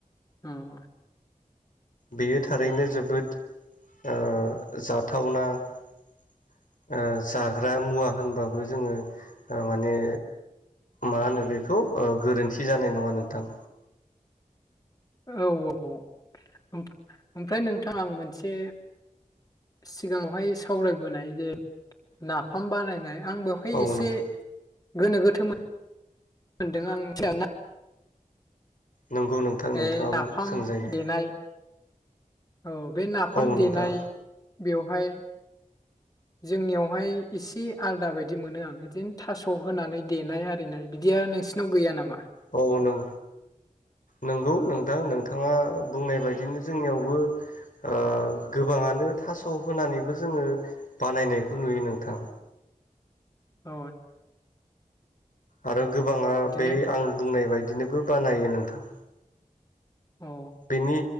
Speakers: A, on the left (about 25°); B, on the left (about 70°).
A: उम
B: बेयो थारैनो जोबोद ओ जाथावना ओ जा ग्रा मुवा होनबाबो
A: औ
B: जोङो ओ माने मा होनो बेखौ ओ गोरोन्थि जानाय नङा नोंथां।
A: औ औ औ ओमफ्राय नोंथां आं मोनसे सिगाङावहाय सावरायबोनाय जे नाफाम बानायनाय आं बेवहाय
B: औ
A: इसे
B: नोंथां
A: गोनो गोथो मोनदों आं। <unintelligible>
B: नंगौ नोंथां नोंथाङाबो
A: ए नाफाम
B: सोंजायो
A: देनाय औ बे नाफाम
B: औ
A: देनाय
B: नोंथां
A: बेवहाय जोंनियावहाय इसे आलदा बायदि मोनो आं बिदिनो थास' होनानै देनाय आरिनाय बिदिया नोंसिनाव गैया नामा?
B: औ नों नोंगौ नोंथां नोंथाङा बुंनाय बायदिनो जोंनियावबो ओ गोबाङानो थास' होनानैबो जोङो बानायनायखौ नुयो नोंथां।
A: अ
B: आरो गोबाङा
A: बिदिनो
B: बे आं बुंनाय बाय दिनोबो बानायो नोंथां
A: अ
B: बेनि